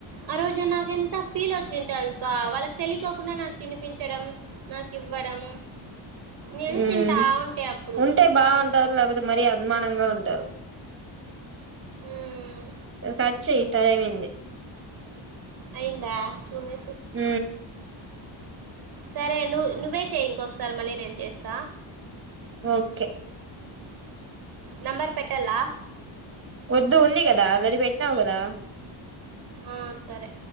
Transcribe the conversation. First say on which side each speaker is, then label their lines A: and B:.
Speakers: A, on the right; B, on the right.
A: ఆ రోజు నాకు ఎంత ఫీల్ వచ్చింది తెలుసా వాళ్ళకి తెలియకోకుండా నాకు తినిపించడం, నాకు ఇవ్వడం, నేను
B: ఉమ్
A: తింటా ఉంటే అప్పుడు.
B: ఉంటే
A: హ్మ్.
B: బాగుంటారు, లేకపోతే మరీ అద్మానంగా ఉంటారు.
A: హ్మ్.
B: ఇగ్ కట్చేయ్యి టైమైంది అ
A: అయిందా చూన్నే
B: ఊ
A: సరే నువ్వు నువ్వే చెయి ఇంకొకసారి మళ్ళీ నేను చేస్తా
B: ఓకే
A: నంబర్ పెట్టల్ల
B: వద్దు ఉంది కదా ఆల్రెడి పెట్ వ్ కదా
A: ఆ సరే